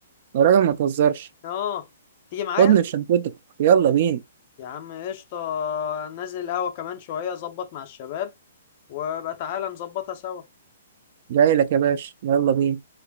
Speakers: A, on the right; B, on the left.
A: يا راجل ما تهزرش
B: اه تيجي معايا
A: خدني في شنطتك يلا بينا
B: يا عم قشطة نازل القهوة كمان شوية ظبط مع الشباب وبقى تعالى نظبطها سوا
A: جاي لك يا باشا يلا بينا